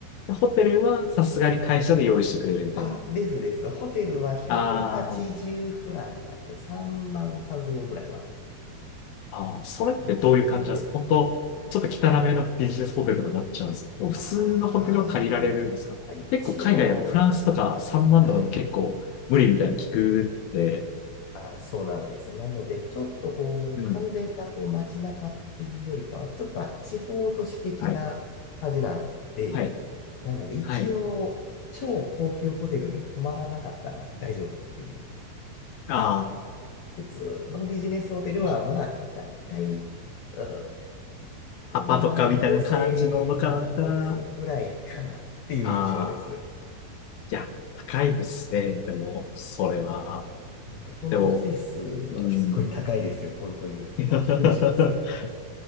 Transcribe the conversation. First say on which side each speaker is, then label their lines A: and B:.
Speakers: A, on the left; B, on the left.
A: ホテルはさすがに会社で用意してくれるみたいな。
B: あ、あですです。ホテルは180フランなんで、
A: ああ。
B: 3万3000円ぐらいは
A: ああ、それってどういう感じなんですか本当、
B: 見てくれるんですが。
A: ちょっと汚めのビジネスホテルとかになっちゃうんですかもう普通のホテルを借りられるんですか結構海外だとフランスとか3万とかでも結構無理みたいなの聞くって、
B: ああ、一応、はい。あー、そうなんです。なので、ちょっとこう、
A: うん。
B: 完全なこう街中っていうよりかは、ちょっとあ地方都市的な感じなんで、
A: はい。はい。
B: なので、一応、
A: はい。
B: 超高級ホテルに泊まらなかったら大丈夫っていう。
A: あ
B: 普通のビジネスホテルは、
A: あ、
B: まあ、だいたい、うーん、
A: アパとかみたいな感じのとかだったら、
B: 2万5千円、2万6千円ぐらいかなっていう印象です。
A: ああ、いや、高いですね。でも、それは。
B: なので、本当スイスはすっごい高いですよ。
A: でも、うん。
B: 本当に。
A: <laughs>
B: びっくりします。